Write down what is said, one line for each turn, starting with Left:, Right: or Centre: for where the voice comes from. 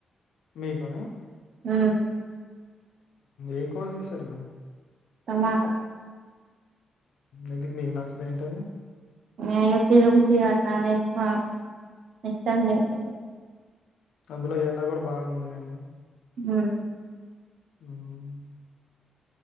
Left: మీకా
Right: ఆ
Left: ఏం కుర చేసారు ఇవాళ
Right: టమాట
Left: ఇందుకు మీకు నచ్చందు ఏంటది
Right: <unintelligible>
Left: అందులో ఎండ కూడా బాగాందిగాండి
Right: మ్మ్
Left: మ్మ్